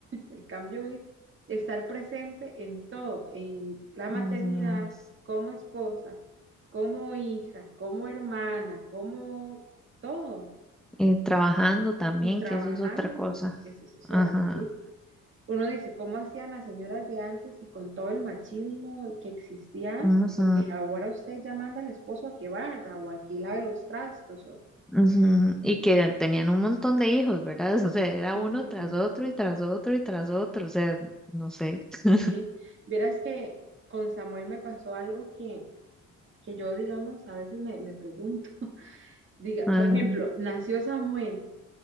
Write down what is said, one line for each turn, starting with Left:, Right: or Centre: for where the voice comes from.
Right: El cambio es estar presente en todo, en la maternidad,
Centre: ujú.
Right: como esposa, como hija, como hermana, como todo,
Centre: Y trabajando también,
Right: y trabajando.
Centre: que eso es otra cosa.
Right: Eso es, o sea,
Centre: Ajá.
Right: es que uno dice, ¿cómo hacían las señoras de antes y con todo el machismo que existía antes?
Centre: ujú.
Right: Porque ahora usted ya manda al esposo a que barra o a que lave los trastos o,
Centre: Ujú, Y que tenían un montón de hijos, ¿verdad? <laughs> O sea, era
Right: y
Centre: uno
Right: que
Centre: tras
Right: tenía.
Centre: otro y tras otro y tras otro, o sea, no sé. <laughs>
Right: Sí, verás que con Samuel me pasó algo que que yo, digamos, a veces me, me pregunto. Diga,
Centre: Ajá.
Right: por ejemplo, nació Samuel